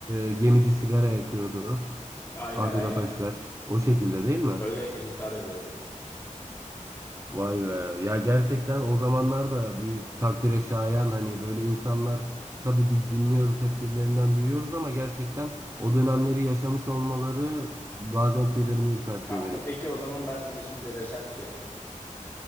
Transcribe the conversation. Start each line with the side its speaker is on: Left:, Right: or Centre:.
Right: e, gemici sigara yakıyordu.
Left: aynen
Right: Ah
Left: aynen.
Right: bir ateş ver. O şekilde değil mi?
Left: Öyle intihar ediyorlar.
Right: Vay be. Ya gerçekten o zamanlar da büyük takdire şayan hani böyle insanlar tabii biz dinliyoruz hep birilerinden duyuyoruz ama gerçekten o dönemleri yaşamış olmaları bazen tüylerimi ürpertiyor
Left: Kanka
Right: benim.
Left: peki o zaman ben sana şimdi desem ki